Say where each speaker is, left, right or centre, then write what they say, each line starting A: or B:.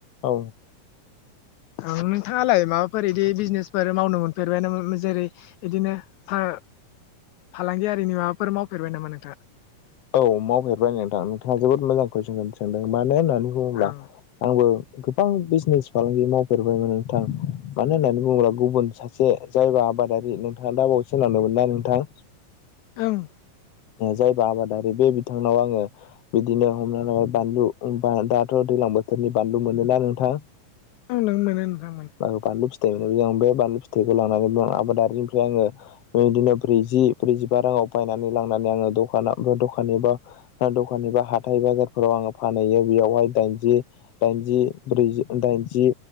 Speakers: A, on the left; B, on the left.
A: औ
B: औ ओं नोंथाङालाय माबाफोर बिदि बिजनेसफोर मावनो मोनफेरबाय नाम जेरै बिदिनो फार फालांगियारिनि माबाफोर मावफेरबाय नामा नोंथाङा
A: औ मावफेरबाय नोंथां नोंथाङा जोबोद मोजां कुइसनखौ सोंदों मानो होननानै बुङोब्ला
B: ओं
A: आंबो गोबां बिजनेस फालांगि मावफेरबायमोन नोंथां मानो होननानै बुङोब्ला गुबुन सासे जायबा आबादारि नोंथाङा दा बावैसो होनलांदोंमोन ना नोंथां
B: ओं
A: ओ जायबा आबाद ओ बे बिथांनाव आङो बिदिनो हमनानै ला बानलु दाथ' दैलां बोथोरनि बानलु मोन लु ना नोंथां
B: ओं नों मोनो नोंथां मोनो
A: बानलु फिथाइ बे बानलु फिथाइखौ लानानै आबादारिनिफ्राय आङोदिनो ब्रैजि ब्रैजिबा राङाव बायनानै लांनानै आङो दखानाव दखा एबा दखान एबा हाथथाय बाजारफोराव आङो फानहैयो बेयावहाय दाइनजि दाइन जि ब्रैजि दाइनजि